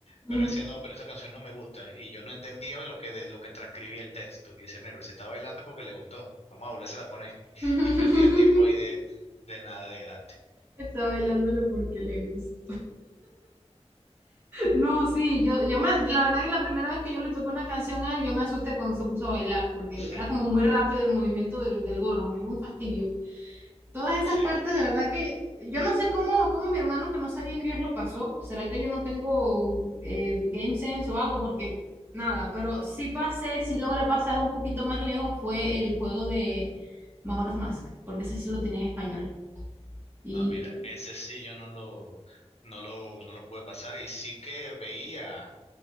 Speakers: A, on the left; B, on the right.
A: pero
B: Ujú.
A: decía, no, pero esta canción no me gusta. Y yo no entendía lo que, de, lo que transcribía el texto. Y decía, mira, pero si está bailando es porque le gustó. Vamos a volverse a poner. <laughs> Y
B: <laughs>
A: perdía tiempo ahí de, de nada de gratis.
B: Está bailándolo porque le gusta. No, sí, yo, yo me, la verdad que la primera vez que yo le toqué una canción a él, yo me asusté cuando se puso a bailar, porque
A: <laughs>
B: era como muy rápido el movimiento del, del gorón, era un fastidio. Todas esas
A: Sí.
B: partes, de verdad que yo no sé cómo, cómo mi hermano que no sabía inglés lo pasó. ¿Será que yo no tengo eh, game sense o algo? Porque nada, pero sí pasé, sí logré pasar un poquito más lejos fue el juego de Majora's Mask, porque ese sí lo tenía en español. Y
A: No, mira, ese sí yo no lo, no lo, no lo pude pasar. Y sí que veía.